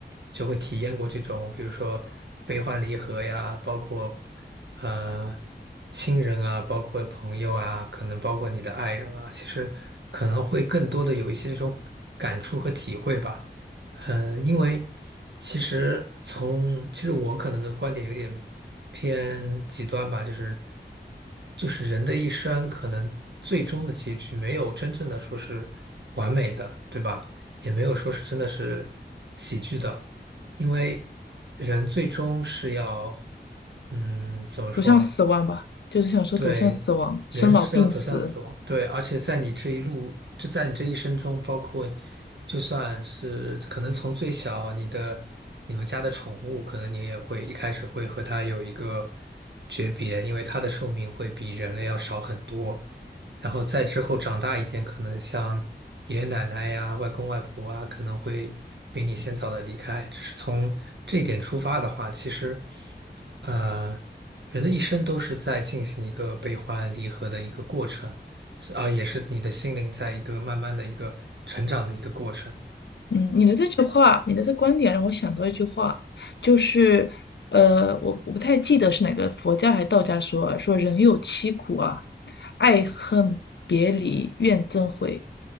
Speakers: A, on the right; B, on the left.
A: 就会体验过这种，比如说悲欢离合呀，包括呃亲人啊，包括朋友啊，可能包括你的爱人啊，其实可能会更多的有一些这种感触和体会吧。嗯，因为其实从其实我可能的观点有点偏极端吧，就是就是人的一生可能最终的结局没有真正的说是完美的，对吧？也没有说是真的是喜剧的，因为人最终是要嗯怎么说？
B: 走向死亡吧，就是想说走向死亡，
A: 对，
B: 生老病死。
A: 人是要走向死亡，对，而且在你这一路，就在你这一生中，包括就算是可能从最小你的你们家的宠物，可能你也会一开始会和它有一个诀别，因为它的寿命会比人类要少很多。然后再之后长大一点，可能像爷爷奶奶呀、外公外婆啊，可能会比你先早的离开。只是从这一点出发的话，其实，呃，人的一生都是在进行一个悲欢离合的一个过程，是啊，也是你的心灵在一个慢慢的一个成长的一个过程。
B: 嗯，你的这句话，你的这观点让我想到一句话，就是，呃，我我不太记得是哪个佛家还是道家说啊说人有七苦啊，爱恨别离怨憎会，